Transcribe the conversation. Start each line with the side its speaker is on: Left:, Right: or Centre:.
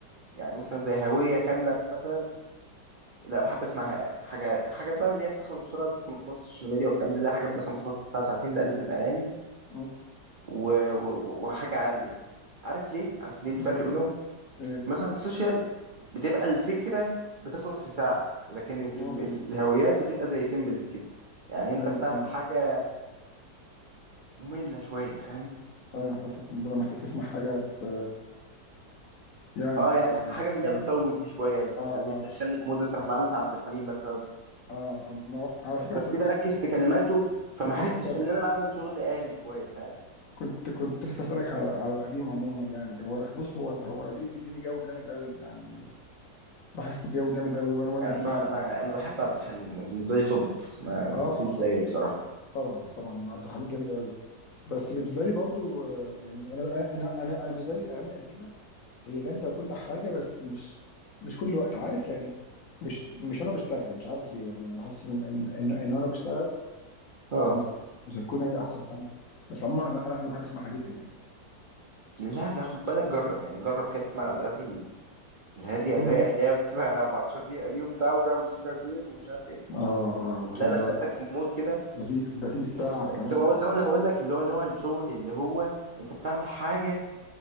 Right: يعني مثلا زي هويه كامله مثلا لا بحب اسمع حاجه حاجات بقى اللي هي بتخلص بسرعه في السوشيال ميديا والكلام ده اللي هي حاجات مثلا بتخلص ساعه ساعتين لا لازم اغاني
Left: مم،
Right: و... و... وحاجة عالية عارف ليه؟ عارف ليه الفرق
Left: مم،
Right: بينهم؟
Left: ايوه
Right: مثلا السوشيال بتبقى الفكرة بتخلص في ساعة لكن ال...
Left: مم،
Right: ال- الهويات بتبقى زي تمبلت كده يعني انت
Left: ايوه
Right: بتعمل
Left: اه
Right: حاجة مملة شوية فاهم؟
Left: ايوه فانت بتبقى محتاج تسمع حاجه ت- يعني
Right: اه
Left: ت-
Right: يعني حاجة
Left: تخرج
Right: من اللي هي بتطول دي شوية بتخليني
Left: اه اه
Right: تدخلني في مود اسرح مع مثلا عبد الحليم مثلا
Left: اه ما هو- على فكرة
Right: فابتدي
Left: كنت
Right: اركز في كلماته فما
Left: كنت
Right: احسش
Left: لسه اسألك
Right: ان انا بعمل شغل آلي شوية فاهم؟
Left: كنت كنت لسه اسألك على على القديم عموما يعني هو بص هو هو القديم بيديني جو جامد قوي يعني بحس بجو جامد قوي وانا وانا
Right: يعني
Left: بسمعه
Right: انا ب... انا انا بحب عبد الحليم بالنسبة لي توب ما,
Left: اه
Right: ما فيش
Left: اه طبعا
Right: زيه بصراحة
Left: طبعا طبعا عبد الحليم جامد قوي بس بالنسبة لي برضو آه، يعني انا انا انا انا بالنسبة لي الاغاني القديمة هي جامدة وكل حاجة بس مش مش كل وقت عارف يعني مش مش وانا بشتغل مش عارف ليه يعني يعني بحس ان ان ان, إن وانا بشتغل
Right: اه
Left: مش مش هتكون هي احسن حاجة بس عموما انا انا أنا بحب اسمعها جدا يعني
Right: لا لا خد بالك جرب يعني جرب كده تسمع الاغاني ال- الهاديه
Left: مم.
Right: الرايقه اللي هي بتبقى 14 دقيقه دي وبتاع وفيها موسيقى كبير ومش عارف ايه
Left: اه
Right: لا
Left: اه
Right: دخلتك
Left: ده
Right: في مود كده
Left: ده في ده في بالساعة
Right: بس
Left: كمان
Right: بس هو زي ما انا بقول لك اللي هو نوع الشغل اللي هو انت بتعمل حاجه